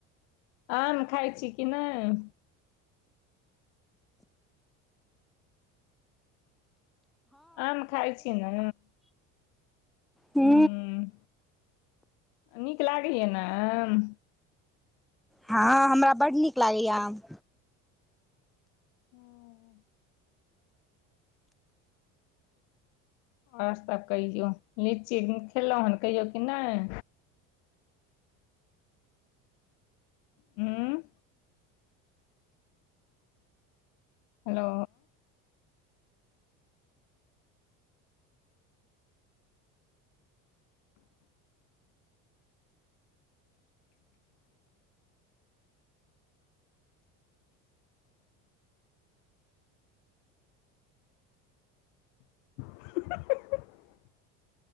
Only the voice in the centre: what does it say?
हू।
हँ, हमरा बड नीक लागैया आम।